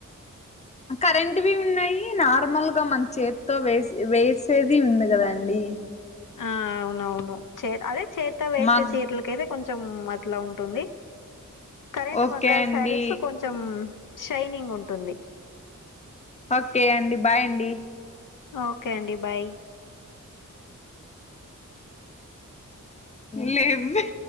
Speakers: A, on the left; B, on the left.
A: <unintelligible>
B: కరెంటువీ ఉన్నయీ నార్మల్ గ మన చేత్తో వేస్ వేసేదీ ఉంది గదండీ
A: ఆ ఔనవును చేద్ అదే చేత్తో వేసే
B: మా
A: చీర్లకైతే కొంచం అట్ల ఉంటుంది కరెంట్
B: ఓకే
A: మగ్గాల్
B: అండి
A: శ్యారీస్ కొంచం షైనింగ్ ఉంటుంది
B: ఓకే అండి బాయ్ అండి
A: ఓకే అండి బాయ్
B: లెవ్వే